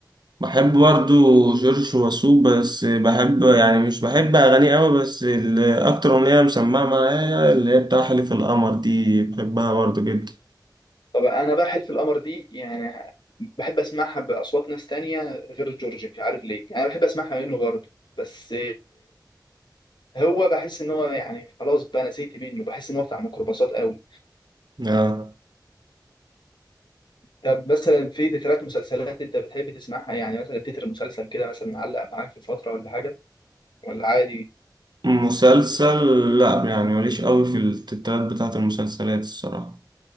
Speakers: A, on the right; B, on the left.
A: بحب برضو جورج وسوف بس بحب يعني مش بحب أغانيه أوي بس ال- أكتر أغنية مسمعة معايا اللي هي بتاع حلف القمر دي بحبها برضو جدا
B: طب انا بقى حلف القمر دي يعني بحب اسمعها باصوات ناس تانية غير جورج مش عارف ليه انا بحب اسمعها منه برضه بس هو بحس ان هو يعني خلاص بقى نسيت منه بحس ان هو بتاع ميكروباصات قوي
A: آه.
B: طب مثلا في تترات مسلسلات انت بتحب تسمعها يعني مثلا تتر مسلسل كده مثلا علق معاك في فتره ولا حاجه ولا عادي
A: مسلسل لأ يعني ماليش أوي في التترات بتاعة المسلسلات الصراحة